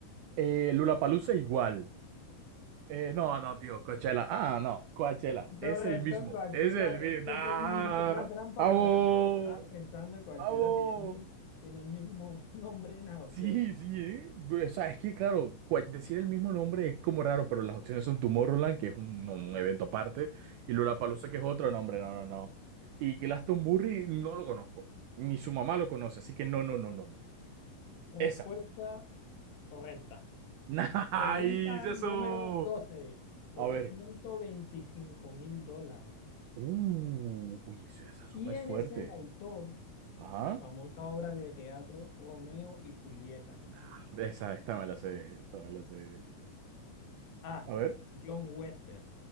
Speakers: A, on the right (about 90°); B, on the left (about 80°).
A: Eh, Lollapalooza igual. Eh, no, no, tío, Coachella. Ah, no, Coachella.
B: Correcto,
A: Es el mismo.
B: Coachella.
A: Es el
B: De
A: mismo.
B: hecho,
A: ¡Ah!
B: fue un- fue una trampa
A: ¡Vamos!
B: para ver si te quedabas pensando. Coachella
A: ¡Vamos!
B: tiene el mismo, tiene el mismo <laughs> nombre en las opciones.
A: Sí, sí, ¿eh? O sea, es que, claro, cua- decir el mismo nombre es como raro, pero las opciones son Tomorrowland, que es un, no, un evento aparte, y Lollapalooza, que es otro nombre. No, no, no. Y Glastonbury no lo conozco. Ni su mamá lo conoce, así que no, no, no, no, no.
B: Respuesta
A: Esa.
B: correcta.
A: <laughs> ¡Nice!
B: Pregunta
A: ¡Eso!
B: número doce por
A: A ver.
B: ciento veinticinco mil dólares.
A: Uh, uy, esa esa
B: ¿Quién
A: suma es fuerte.
B: es el autor
A: Ajá.
B: La famosa obra de teatro Romeo y Julieta.
A: Nah. Esa, esta me la sé. Esta me la sé.
B: A.
A: A ver.
B: John Wester.